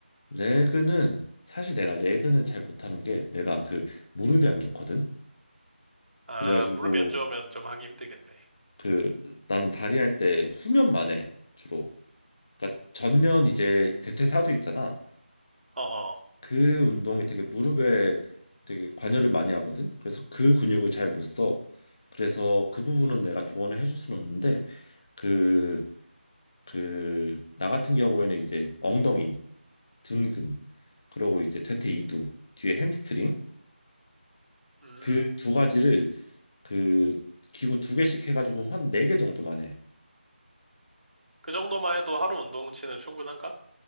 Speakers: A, on the left (about 30°); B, on the right (about 70°).
A: 레그는 사실 내가 레그는 잘 못하는 게 내가 그 무릎이 안 좋거든.
B: 아,
A: 그래가지고
B: 무릎이 안 좋으면 좀 하기 힘들겠네.
A: 그 나는 다리 할 때 후면만 해 주로. 그러니까 전면 이제 대퇴사두 있잖아.
B: 어어.
A: 그 운동이 되게 무릎에 되게 관여를 많이 하거든. 그래서 그 근육을 잘 못 써. 그래서 그 부분은 내가 조언을 해줄 수는 없는데 그 그 나 같은 경우에는 이제 엉덩이, 둔근, 그러고 이제 퇴퇴 이두, 뒤에 햄스트링
B: 음.
A: 그 두 가지를 그 기구 두 개씩 해가지고 한 네 개 정도만 해.
B: 그 정도만 해도 하루 운동치는 충분한가?